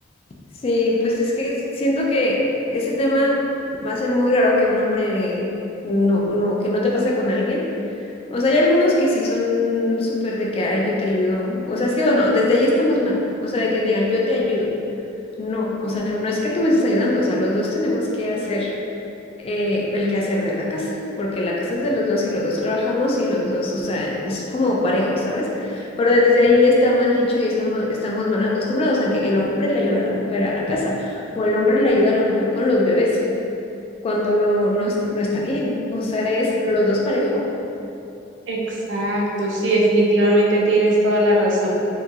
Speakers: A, on the left; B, on the right.
A: Sí, pues es que siento que ese tema va a ser muy raro que un hombre no, no, que no te pasa con alguien. O sea, hay algunos que sí son súper de que, ay, yo te ayudo. O sea, es que bueno, desde ahí estamos mal. O sea, de que digan, yo te ayudo. No, o sea, no es que tú me estás ayudando. O sea, los dos tenemos que hacer eh, el quehacer de la casa, porque la casa es de los dos y los dos trabajamos y los dos, o sea, es como parejo, ¿sabes? Pero desde allí está mal dicho y estamos, estamos mal acostumbrados a que el hombre le ayuda a la mujer a la casa o el hombre le ayuda a la mujer con los bebés, cuando no, no está, no está bien, o sea, es los dos parejo.
B: Exacto, sí, definitivamente tienes toda la razón.